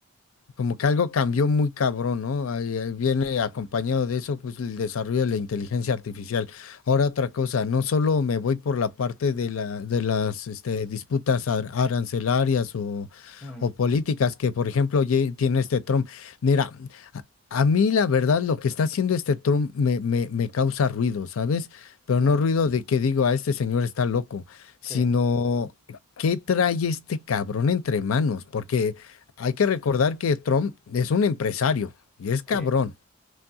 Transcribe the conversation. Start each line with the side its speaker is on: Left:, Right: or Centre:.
Left: como que algo cambió muy cabrón, ¿no? Ahí, ahí viene acompañado de eso, pues el desarrollo de la inteligencia artificial. Ahora otra cosa, no solo me voy por la parte de la, de las este, disputas ar- arancelarias o,
Centre: Mm,
Left: o políticas que, por ejemplo, ye- tiene este Trump. Mira, a, a mí la verdad lo que está haciendo este Trump me, me, me causa ruido, ¿sabes? Pero
Centre: mm,
Left: no ruido de que digo, a este señor está loco, sino...
Centre: sí,
Left: ¿Qué trae este cabrón entre manos? Porque hay que recordar que Trump es un empresario y es cabrón.
Centre: sí,